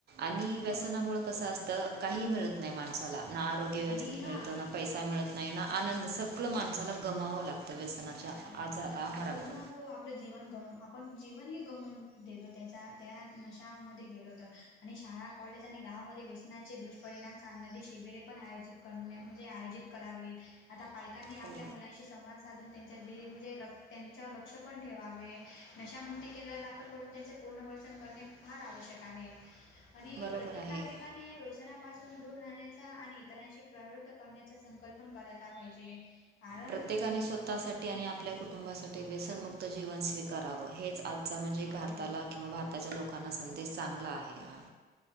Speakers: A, on the right; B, on the left.
A: आणि
B: बरोबर
A: असत काहीमिळत नाही माणसाला ना आरोग्य व्यवस्थित
B: आणि हा
A: मिळतं पैसा मिळत नाही ना आनंद सगळं माणसाला गमाववावं लागतं व्यसनाच्या
B: बरोबर.
A: आजा आहारामुळ.
B: पूर्ण हो आपलं जीवन गमू आपण जीवनही गमवून देतो त्याचा त्या नशामध्ये गेलो तर. आणि शाळा, कॉलेज आणि गावामध्ये व्यसनाचे दुष्परिणाम सांगणारी शिबिरे पण आहेत. करण्या म्हणजे आयोजित करावीत, आता पालकांनी आपल्या
A: हो
B: मुलांशी संवाद साधून त्यांच्या ज म्हणजे ल त्यांच्या लक्ष पण ठेवावे, नशामुक्ती केंद्रा दाखल करून, त्यांचे पुर्वसन करणे फार आवश्यक आहे आणि
A: बरोबर
B: प्रत्येक
A: आहे
B: नागरिकांनी व्यसानापासून दूर राहण्याचा आणि इतरांशी प्रवृत्त करण्याचा संकल्पन करायला पाहिजे. कारण
A: प्रत्येकाने स्वतःसाठी
B: अ
A: आणि आपल्या कुटुंबासाठी व्यसनमुक्त जीवन स्वीकारावं हेच म्हणजे
B: बरोबर.
A: भारताला किंवा भारताच्या लोकांना संदेश चांगला आहे हा.